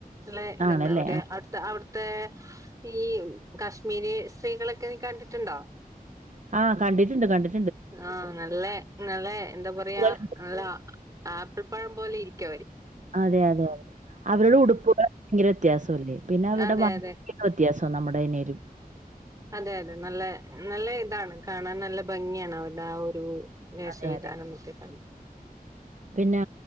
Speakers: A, on the right; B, on the right.
A: നല്ല ഇത്ണ്ടവുലെ
B: ആണല്ലേ ആ
A: അട് ത അവിട്ത്തെ ഈ കാശ്മീരി സ്ത്രീകളൊക്കെ നി കണ്ടിട്ടുണ്ടോ?
B: ആ കണ്ടിട്ടുണ്ട് കണ്ടിട്ട്
A: ആഹ് നല്ല നല്ല ന്താ പറയാ
B: ഉടുപ്പുകൾ,
A: നല്ല ആപ്പിൾ പഴം പോലെ ഇരിക്കവര്
B: അതെയതെയതെ അവരുടെ ഉടുപ്പുകൾ ങ്കര വ്യത്യാസൊല്ലേ പിന്നെ അവിടെ
A: അതെ
B: ഭങ്ങിയാവ്യത്യാസം
A: അതെ
B: നമ്മുടെ ഇനേലും
A: അതെയതെ നല്ല നല്ല ഇതാണ് കാണാൻ നല്ല ഭംഗിയാണ് അവരുടെ ആ ഒരു വേഷവിധാനന്നൊക്കെ
B: അതെ അതെ
A: കണ്ട്
B: പിന്നെ